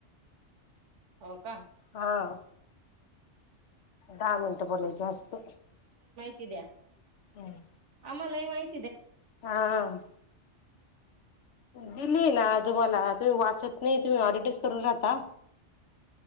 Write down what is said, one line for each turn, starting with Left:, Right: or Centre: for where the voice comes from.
Right: हो का?
Left: हां. दहा मिनिटं बोलायचे असते.
Right: ती द्या.
Left: हम्म.
Right: मलाही माहि
Left: हां. दिली ना तुम्हाला तुम्ही वाचत नाही तुम्ही <unintelligible> करू राहता.